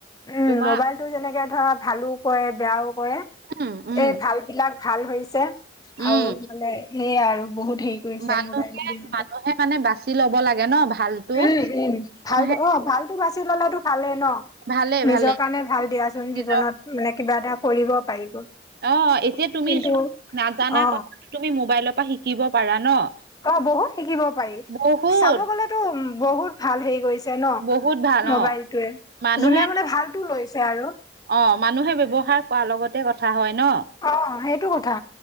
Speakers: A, on the left; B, on the right.
A: উম
B: তোমাৰ
A: মোবাইলটো যেনেকে ধৰা ভালো কৰে বেয়াও কৰে
B: উম উম
A: এই ভাল বিলাক ভাল হৈছে আৰু
B: উম
A: মানে সেয়াই আৰু বহুত সেই। ঘূৰিছে
B: মানুহে
A: মোবাইল দি সিহঁতক
B: মানুহে মানে বাচি লব লাগে ন ভালতো
A: উম উম
B: মানুহে
A: ভাল অ ভাল টো বাচছি ললেতো ভালেই ন।
B: ভালে
A: নিজৰ
B: ভালে
A: কাৰণে ভাল দিয়াচোন
B: নিজৰ
A: জীৱনত মানে কিবা এটা কৰিব পাৰিব।
B: অ এতিয়া তুমি
A: কিন্তু
B: চোৱা নাজানা
A: অ
B: কথা তুমি মোবাইলৰ পৰা শিকিব পাৰা ন
A: অ বহুত শিকিব পাৰি
B: বহুত
A: চাব গলেতো বহুত ভাল হেৰি গৈ টেন
B: বহুত ভাল
A: মোবাইলটোৱে
B: অ মানুহে
A: যোনে মানে ভালতো লৈছে আৰু
B: অ মানুহে ব্যৱহাৰ কৰা লগতে কথা হয় ন।
A: অ সেইটো কথা